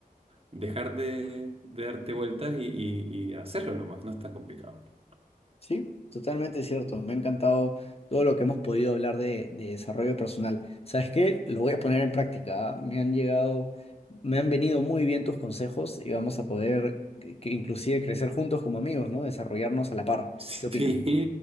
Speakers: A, on the right (about 40°); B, on the left (about 40°).
A: dejar de, de darte vueltas y, y- y hacerlo nomás, no es tan complicado. <laughs>
B: Sí, totalmente cierto. Me ha encantado todo lo que hemos podido hablar de, de desarrollo personal. ¿Sabes qué? Lo voy a poner en práctica. ¿ah? Me han llegado, me han venido muy bien tus consejos y vamos a poder que, que inclusive crecer juntos como amigos, ¿no? Desarrollarnos a la par.
A: Sí,
B: ¿Qué opinas?